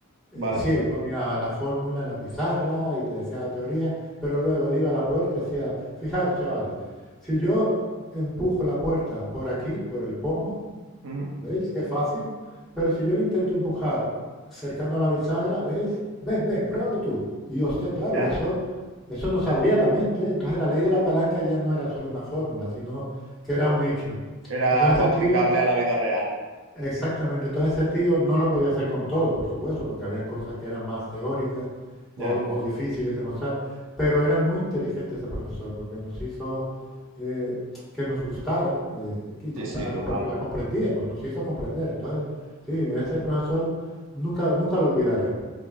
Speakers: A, in the centre; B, on the right.
A: eh,
B: Vale.
A: sí, él ponía la fórmula en la pizarra y te decía la teoría, pero luego él iba a la puerta y decía, fijaros, chavales, si yo empujo la puerta por aquí, por el pomo,
B: Ujú.
A: ¿veis qué fácil? Pero si yo le intento empujar cercano a la bisagra, ¿veis? Ven, ven, pruébalo tú. Y hostia, claro,
B: Ya.
A: eso, eso nos abría la mente. Entonces la ley de la palanca ya no era solo una fórmula, sino que era un hecho.
B: Era
A: Entonces
B: algo
A: ese
B: aplicable
A: tío
B: a la vida real, ¿no?
A: Exactamente, entonces ese tío no lo podía hacer con todo, por supuesto, porque habían cosas que eran más teóricas o,
B: Ya.
A: o difíciles de mostrar, pero era muy inteligente ese profesor porque nos hizo eh, que nos gustara, eh, que compre-
B: Sí, sí,
A: al-
B: total.
A: porque la comprendíamos, nos hizo comprender. Entonces, sí, ese profesor nunca, nunca lo olvidaré.